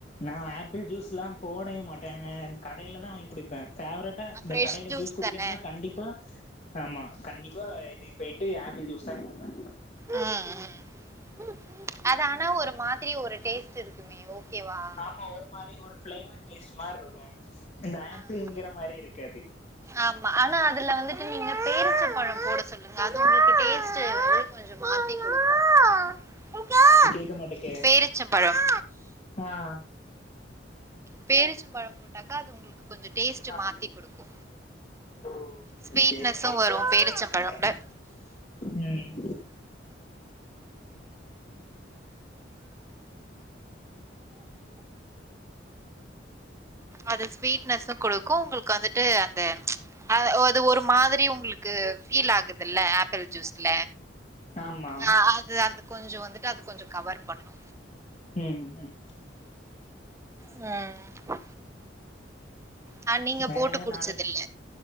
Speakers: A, on the left; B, on the right.
A: நா ஆப்பிள் ஜூஸ்லா போடவே மாட்ட கடையில தா வாங்கி குடிப்ப ஃபேவரட்டா இந்த
B: ஃப்ரெஷ்
A: கடையில ஜூஸ் குடிக்கணுனா
B: தானே
A: கண்டிப்பா ஆமா கண்டிப்பா இது போயிட்டு ஆப்பிள் ஜூஸ் தா கேப்ப
B: ம் ம் அது ஆனா ஒரு மாதிரி ஒரு டேஸ்ட் இருக்குமே ஓகேவா
A: ஆமா ஒரு மாரி ஒரு மார் இருக்கு இந்த ஆப்பிள்ங்கிற
B: ஆ
A: மாரி இருக்காது
B: ஆமா ஆனா அதுல வந்துட்டு நீங்க பேரிசப் பழம் போட சொல்லுங்க அது உங்களுக்கு டேஸ்ட்டு கொஞ்ச மாத்தி குடுக்கு
A: கேக்க மாட்டகே
B: பேரிச்சம்பழம்
A: ஆ
B: பேரிச்சம் பழம் போட்டாக்கா அது உங்ளுக்கு கொஞ்சோ டேஸ்டு
A: ஆம்
B: மாத்தி குடுக்கு
A: ஓகே
B: ஸ்வீட்னஸு
A: ஓகே நெக்ஸ்ட்
B: வரு
A: டைம் நா
B: பேரிச்சம்பழம்ல
A: ட்ரை பண்றே ம்
B: அது ஸ்வீட்னஸு குடுக்கு உங்ளுக்கு வந்துட்டு அந்த அ அது ஒரு மாதிரி உங்களுக்கு பீல் ஆகுதுல்ல ஆப்பிள் ஜூஸ்ல
A: ஆமா
B: ஆ அது அந்த கொஞ்சோ வந்துட்டு அது கொஞ்சோ கவர் பண்ணு
A: ம் ம்
B: ம் ஆ நீங்க
A: வேற
B: போட்டு
A: எங்க
B: குடிச்சதில்ல
A: நாளைக்